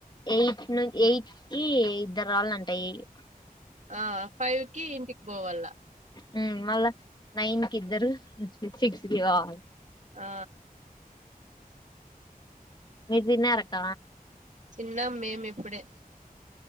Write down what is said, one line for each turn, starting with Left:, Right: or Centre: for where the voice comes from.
Left: ఎయి నువ్ ఎయిట్కి ఇద్దరు రాళ్ళ అంటా ఎయిట్
Right: ఆ ఫైవ్ కి ఇంటికి పోవాల్లా
Left: హ్మ్ మళ్ళా నైన్ కి ఇద్దరు సిక్స్ కి కావాలి
Right: ఆ
Left: మీరు తిన్నారక్క
Right: తిన్నం మేము ఇప్పుడే